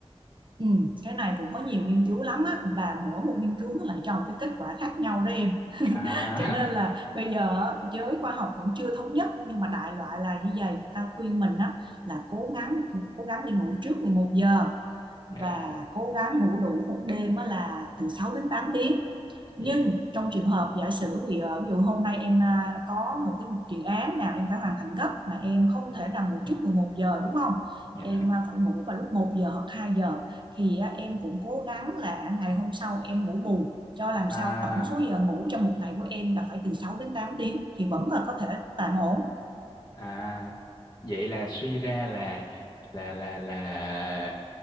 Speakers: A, on the right; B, on the left.
A: ừ, cái này cũng có nhiều nghiên cứu lắm á và mỗi một nghiên cứu nó lại cho một cái kết quả khác nhau đó em
B: à
A: cho nên là bây giờ á, giới khoa học vẫn chưa thống nhất nhưng mà đại loại là như vậy người ta khuyên mình á là cố gắng cố gắng đi ngủ trước 11 giờ và
B: <laughs> yeah
A: cố gắng ngủ đủ một đêm là từ 6 đến 8 tiếng.
B: yeah
A: Nhưng trong trường hợp giả sử ví dụ, hôm nay em à, có một cái dự án nào em phải hoàn thành gấp mà em không thể nào ngủ trước 11 giờ đúng không?
B: yeah
A: Em à, phải ngủ vào lúc một giờ hoặc 2 giờ thì à, em cũng cố gắng là ngày hôm sau em ngủ bù cho làm
B: à
A: sao tổng số giờ ngủ trong một ngày của em là phải từ 6 đến 8 tiếng thì vẫn là có thể tạm ổn.
B: à vậy là suy ra là là là là